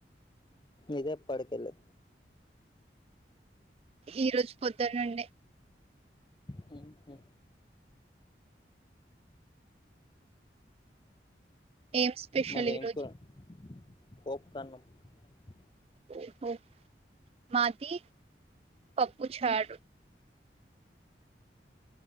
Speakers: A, on the left; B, on the right.
A: ఇదే ఎప్పడి కల్లే
B: ఈ రోజు పొద్దున్న నుండే
A: హు హు
B: ఏం స్పెషల్
A: మరి
B: ఈరోజు
A: ఏం కూర <unintelligible>
B: ఓహో మాది <unintelligible> పొప్పు చారు